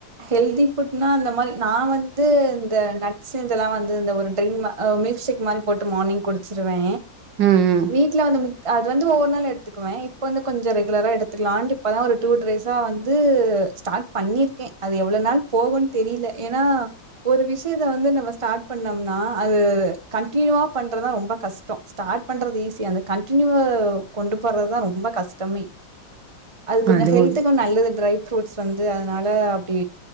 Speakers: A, on the right (about 40°); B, on the right (about 70°).
A: ஹெல்தி ஃபுட்னா அந்த மாரி நா வந்து இந்த நட்ஸு இதெல்லா வந்து இந்த ஒரு ட்ரிமா ஆ மில்க் ஷேக் மாரி போட்டு மார்னிங்க் குடிச்சிருவே
B: ம் ம்
A: வீட்ல வந்து மி அது வந்து ஒவ்வொரு நாள் எடுத்துக்குவே இப்போ வந்து கொஞ்ச ரெகுலரா எடுத்துக்லான்டு இப்பதா ஒரு டூ டேஸா வந்து ஸ்டார்ட் பண்ணி இருக்கே அது எவ்ள நாள் போகுன் தெரியில ஏன்னா ஒரு விஷயத்த வந்து நம்ம ஸ்டார்ட் பண்ணோம்னா அது கண்டினியூவா பண்றதா ரொம்ப கஷ்டோ ஸ்டார்ட் பண்றது ஈஸி அந்த கண்டினியூ கொண்டு போடுறதுதா ரொம்ப கஷ்டமே அது கொஞ்ச
B: அதுவு
A: ஹெல்த்துக்கு நல்லது ட்ரை ஃப்ரூட்ஸ் வந்து அதனால இப்டி